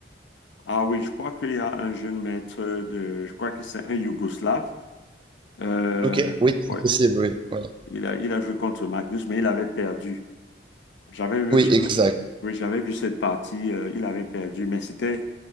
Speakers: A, on the left (about 80°); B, on the right (about 25°).
A: Ah oui, je crois qu'il y a un jeune maître de, je crois que c'est un Yougoslave. Euh,
B: Ok. Oui, c'est
A: ouais,
B: possible, oui. voilà.
A: il a, il a joué contre Magnus, mais il avait perdu. J'avais vu.
B: Oui, exact.
A: Oui, j'avais vu cette partie, euh, il avait perdu, mais c'était